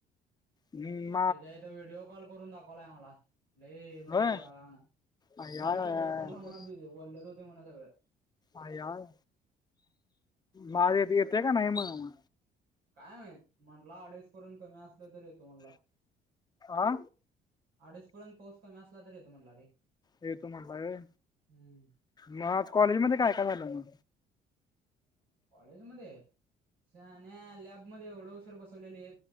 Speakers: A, on the left; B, on the right.
A: हम्म.
B: त्याच्या इथं व्हिडिओ कॉल करून दाखवलाय आम्हाला. लय मोठा
A: होय
B: मोठा राना
A: आय
B: घराच्या
A: आय आय
B: बाहेर
A: आय
B: पडला म्हण <unintelligible> ओलंच होत म्हण सगळं.
A: आइयाय माझ्यात येते का नाही म्हणा.
B: काय माहित म्हटलं अडीच पर्यंत कमी असलं तर येतो म्हणला.
A: आ
B: अडीच पर्यंत पाऊस कमी असला तर येतो म्हटला रे.
A: येतो म्हणाला व्हय
B: हम्म
A: म आज कॉलेज मध्ये काय-काय झालं मग?
B: कॉलेज मध्ये शहाण्या लॅबमध्ये एढं उशीर बसवलेलेत